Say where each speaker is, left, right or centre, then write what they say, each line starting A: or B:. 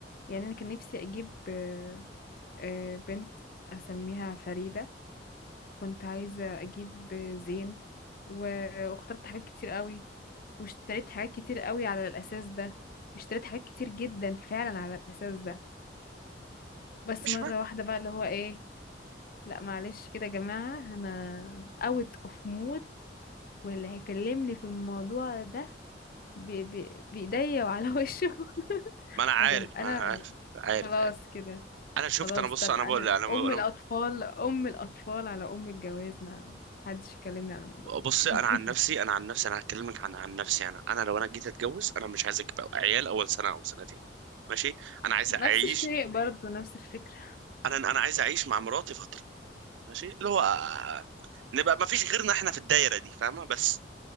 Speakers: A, on the left (about 50°); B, on the right (about 85°).
A: يعني انا كان نفسي اجيب آه، آه، بنت اسميها فريدة كنت عايزة أجيب زين و- واخترت حاجات كتير قوي واشتريت حاجات كتير قوي على الأساس ده اشتريت حاجات كتير جدا فعلا على الأساس ده بس
B: مش
A: مرة
B: ما,
A: واحدة بقى اللي هو إيه لا معلش كده يا جماعة أنا اوت اوف مود واللي هيكلمني في الموضوع ده ب- ب- بإيديا وعلى وشه <laughs>
B: ما انا عارف
A: عشان أنا
B: ما أنا عارف عارف
A: خلاص
B: عارف
A: كده
B: انا شفت
A: خلاص
B: انا بص
A: طب
B: انا
A: أنا
B: بقول انا انا
A: أم الأطفال أم الأطفال على أم الجواز ما حدش يكلمني على الموضوع
B: بص انا
A: <laughs>
B: عن نفسي انا عن نفسي انا هكلمك عن عن نفسي انا انا لو انا جيت اتجوز انا مش عايز اجيب عيال اول سنه او سنتين ماشي انا عايز
A: نفس
B: اعيش
A: الشيء برضو نفس الفكرة
B: انا انا عايز اعيش مع مراتي ماشي اللي هو آه، نبقى ما فيش غيرنا احنا في الدايره دي فاهمه بس